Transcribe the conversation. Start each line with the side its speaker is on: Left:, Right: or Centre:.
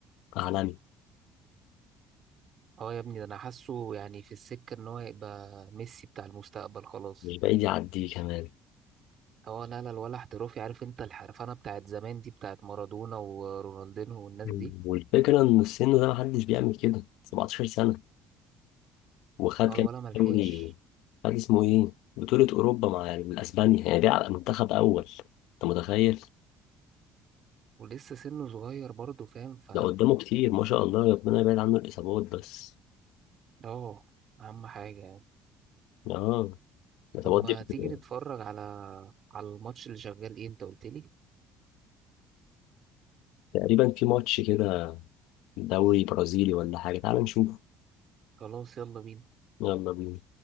Left: عالمي
Right: اه يا ابني ده انا حاسه يعني في السكه ان هو يبقى ميسي بتاع المستقبل خلاص
Left: مش بعيد يعديه كمان
Right: اه لا لا الولا احترافي عارف انت الحرفنه بتاعت زمان دي بتاعت مارادونا ورونالدينو والناس
Left: مم.
Right: دي
Left: والفكرة ان السن ده محدش بيعمل كده 17 سنة وخد
Right: اه الولا
Left: كام
Right: ملحقش
Left: دوري خد اسمه ايه بطولة اوروبا مع الاسبانيا يعني بيلعب منتخب اول انت متخيل
Right: ولسه سنه صغير برضه فاهم ف
Left: ده قدامه كتير ما شاء الله ربنا يبعد عنه الاصابات بس
Right: اه اهم حاجة يعني
Left: اه الاصابات
Right: طب ما
Left: دي بتبقى-
Right: تيجي نتفرج على على الماتش اللي شغال ايه انت قلت لي
Left: تقريبا في ماتش كده دوري برازيلي ولا حاجة تعال نشوف
Right: خلاص يلا بينا
Left: يلا بينا